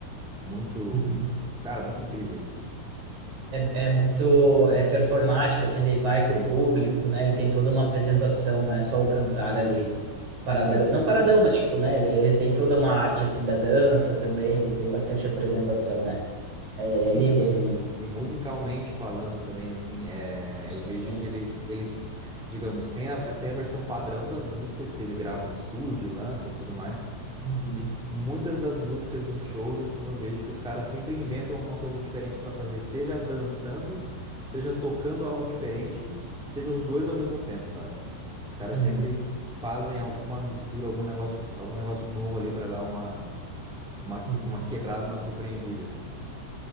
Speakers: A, in the centre; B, on the right.
A: Muito.
B: uhum.
A: Cara, muito incrível, assim.
B: É, é muito é performático, assim, ele vai
A: Sim.
B: com o público, né? Ele tem toda uma apresentação, não é só o cantar ali paradão,
A: Sim,
B: não
A: toda.
B: paradão, mas tipo, né? Ele, ele tem toda uma arte assim da dança também, ele tem bastante apresentação, né? É,
A: Sim,
B: é lindo
A: e,
B: assim.
A: e musicalmente falando também, assim, é,
B: Sim,
A: eu vejo que eles,
B: sim.
A: eles, digamos, tem a, tem a versão padrão das músicas que eles gravam em estúdio e lançam e tudo mais.
B: Uhum.
A: Sim, muitas das músicas nos shows, assim, eu vejo que os caras sempre inventam alguma coisa diferente pra fazer, seja dançando, seja tocando algo diferente, seja os dois ao mesmo tempo, sabe? Os caras
B: Uhum.
A: sempre fazem alguma mistura, algum negócio, algum negócio novo ali pra dar uma, uma,
B: Uhum.
A: uma quebrada, uma surpreendida, assim.